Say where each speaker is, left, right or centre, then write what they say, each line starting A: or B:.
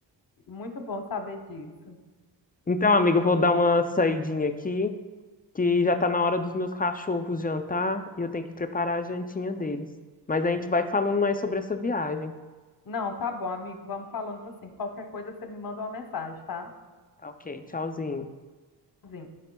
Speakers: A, on the left; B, on the left.
A: muito bom saber disso.
B: Então, amiga, eu vou dar uma saidinha aqui. que já tá na hora dos meus cachorros jantar e eu tenho que preparar a jantinha deles. Mas a gente vai falando mais sobre essa viagem.
A: Não, tá bom, amigo. Vamos falando assim. Qualquer coisa você me manda uma mensagem, tá?
B: Tá ok, tchauzinho.
A: Sim.